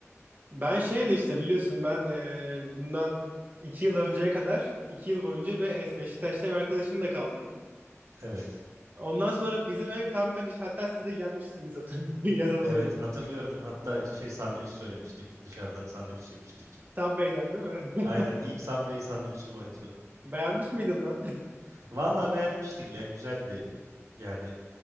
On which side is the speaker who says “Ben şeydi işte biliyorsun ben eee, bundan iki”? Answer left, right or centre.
Right